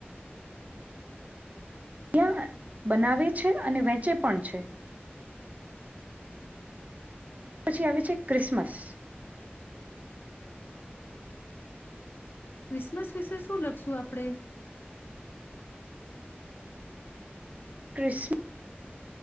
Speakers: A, on the right; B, on the left.
A: ત્યાં બનાવે છે અને વેચે પણ છે. પછી આવે છે ક્રિસમસ.
B: ક્રિસમસ વિશે શું લખશું આપણે?
A: ખ્રિસમ